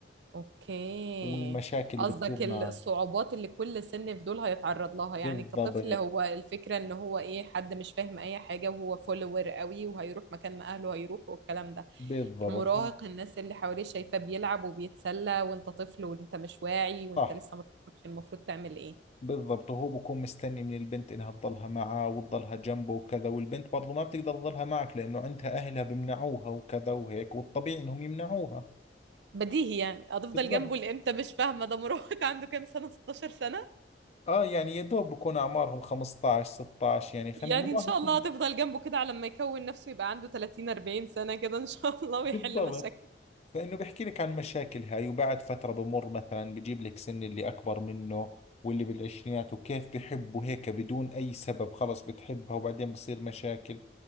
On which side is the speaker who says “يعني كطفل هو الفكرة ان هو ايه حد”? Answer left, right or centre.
Right